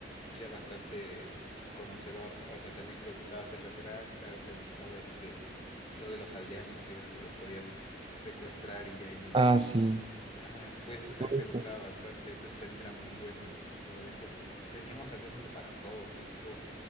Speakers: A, on the left (about 30°); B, on the right (about 30°).
A: y era bastante conocedor, o sea, también le gustaba hacer las granjas, le gustaba este, lo de los aldeanos, que ves que los podías secuestrar y ya ahí,
B: ah, sí.
A: ajá, pues eso también
B: Justo.
A: le gustaba bastante, entonces también era muy bueno en, en todo eso, lo- teníamos aldeanos para todo tipo,